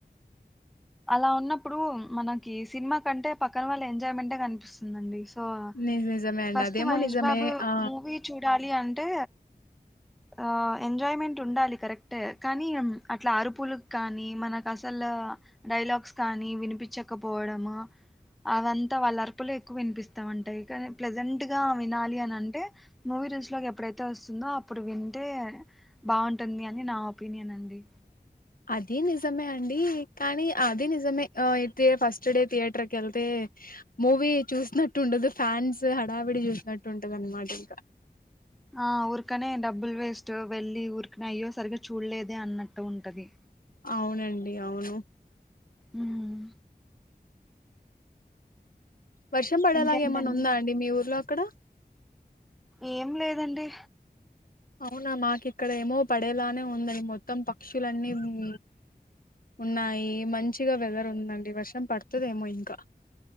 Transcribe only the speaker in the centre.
అలా ఉన్నప్పుడు మనకి సినిమా కంటే పక్కన వాళ్ళ ఎంజాయ్మెంటే కనిపిస్తుందండి <unintelligible>
ఫస్ట్
మహేష్
బాబు
మూవీ చూడాలి అన్ టే ఆ ఎంజాయ్మెంట్ ఉండాలి కరెక్టే కానీ అట్లా అరుపులు క్కానీ మనక్ అసలు డైలాగ్స్ కానీ వినిపిచ్చకపోవడము అవంతా వాళ్ళరుపులు ఎక్కు వినిపిస్తామంటాయిమ కానీ ప్లెజెంట్గా వినాలి అని అంటే మూవీ రూల్స్లోకి ఎప్పుడైతే వస్తుందో అప్పుడు వింటే బావుంటుంది అని నా పీనియన్ అండి
ఆ ఊర్కనే డబ్బులు వేస్ట్ వెళ్ళి ఊరికనే అయ్యో సరిగా చూడలేదే అన్నట్టు ఉంటది
మ్మ్
ఇంకేంటండి
ఏం లేదండి